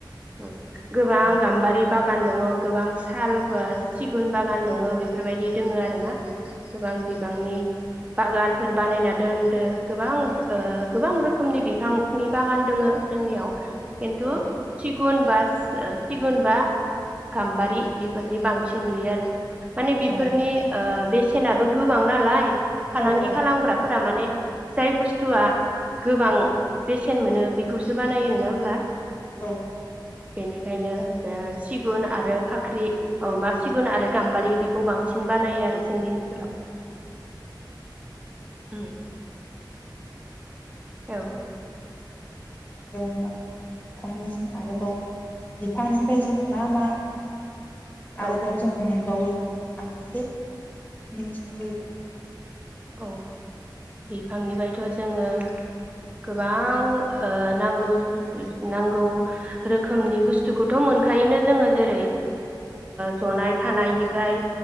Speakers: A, on the right; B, on the left.
A: औ गोबां
B: औ
A: गाम्बारि बा बागान दङ गोबां साल ब सिगुन बागान दङो बेफोरबायदि दोङ आरो ना गोबां बिबांनि बागानफोर बानायना दोनदो गोबां ओ गोबां रोखोमनि बिफांनि बागान दङ जोंनियाव खिन्थु
B: औ
A: सिगुन बा सिगुन बा गाम्बारि बि बेफोरनि बांसिन नुयो आरो माने बेफोरनि
B: औ
A: ओ बेस सेनाबो गोबां नालाय फालांगि
B: औ औ
A: खालामग्राफोरा माने जाय बुस्थुआ गोबां बेसेन मोनो बेखौसो बानायो नोङा होमब्ला
B: औ
A: बेनिखायनो बे सिगुन आरो फाख्रि औ मा सिगुन आरो गाम्बारि बेखौ बांसिन बानायो आरो जोंनि ओनसोलाव
B: ओ
A: औ
B: <inaudible>
A: औ
B: आरो मा होनो बिफांनिसिम आरोबाव बिफांनिफ्राय जोङो मा मा आरोबाव
A: औ
B: जोङो मोन बावो आं एसे मिथिनो लुबैबावो
A: औ बिफांनिफ्रायथ' जोङो गोबां ओ नांगौ नांगौ रोखोमनि बुस्थुखौथ' मोनखायोनो जोङो जेरै जनाय थानायनिफ्राय